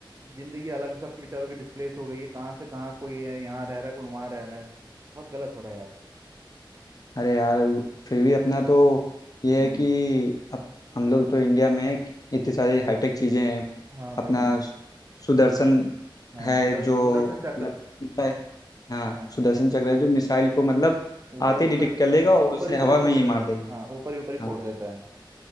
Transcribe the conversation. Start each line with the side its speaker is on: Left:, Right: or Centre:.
Right: जिंदगी अलग सबकी बेचारों की डिस्प्लेस हो गई है कहाँ से कहाँ कोई है यहाँ रह रहा है कोई वहाँ रह रहा है बहुत गलत हो रहा है यार
Left: अरे यार वो- फिर भी अपना तो ये
Right: हम्म
Left: है कि अब हम लोग तो इंडिया में इतनी सारी हाईटेक चीज़ें हैं
Right: हाँ
Left: अपना
Right: भाई हाँ
Left: सु- सुदर्शन
Right: हाँ
Left: है
Right: सुदर्शन
Left: जो
Right: सुदर्शन चक्र
Left: मतलब मिसाइल हाँ
Right: हाँ
Left: सुदर्शन चक्र है जो मिसाइल को मतलब
Right: ऊपर
Left: आते
Right: ही
Left: ही
Right: ऊपर
Left: डिटेक्ट कर लेगा और
Right: ऊपर
Left: उसे
Right: ही ऊपर
Left: हवा
Right: ही
Left: में
Right: फोड़
Left: ही
Right: देता
Left: मार
Right: है
Left: देगा
Right: हाँ ऊपर ही ऊपर ही फोड़
Left: हाँ
Right: देता है हाँ,